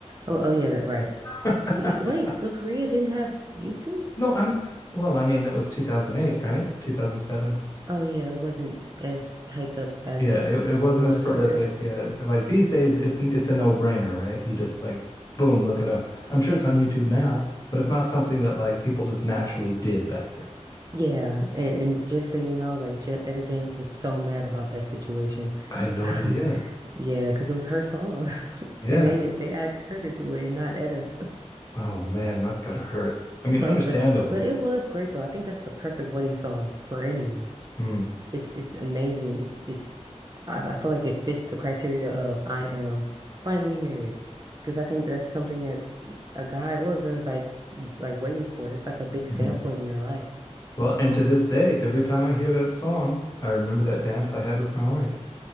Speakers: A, on the right; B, on the left.
A: Oh, oh yeah, that right.
B: <laughs>
A: The- Wait, so Korea didn't have YouTube?
B: No, I'm well, I mean that was 2008, right? 2007.
A: Oh yeah, it wasn't as hyped up as
B: Yeah,
A: it
B: it, it wasn't
A: was
B: as prolific.
A: later.
B: Yeah, and, like these days it's it's a no-brainer, right? You just like boom, look it up. I'm sure it's on YouTube now, but it's not something that like people just naturally did back then.
A: Yeah, and, and just so you know, like Je Etta James was so mad about that situation.
B: I had no
A: <laughs>
B: idea.
A: Yeah, because it was her song, <laughs>
B: Yeah.
A: and they they asked her to do it, and not Etta. <laughs>
B: Oh man, that's gotta hurt. I mean,
A: But
B: understandable.
A: but but but it
B: but-
A: was great though. I think that's the perfect wedding song for anyone.
B: Mm.
A: It's it's amazing. It's it's I, I feel like it fits the criteria of I am finally married because I think that's something that e- a guy or a girl is like like waiting for. That's like a big standpoint
B: <laughs>
A: in your life.
B: Well, and to this day, every time I hear that song, I remember that dance I had with my wife.